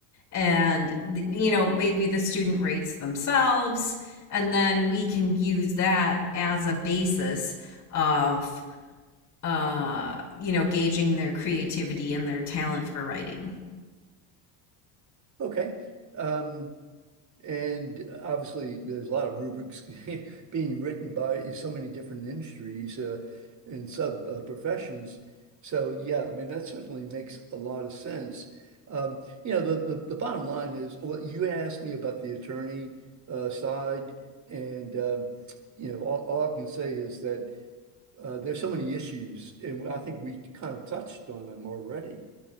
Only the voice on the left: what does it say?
and you know maybe the student rates themselves and then we can use that as a basis of uh you know gauging their creativity and their talent for writing